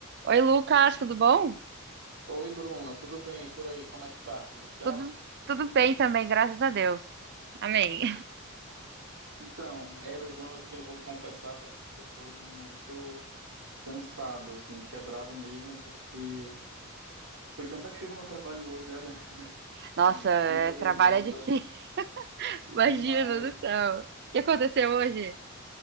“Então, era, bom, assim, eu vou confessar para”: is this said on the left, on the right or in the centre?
Right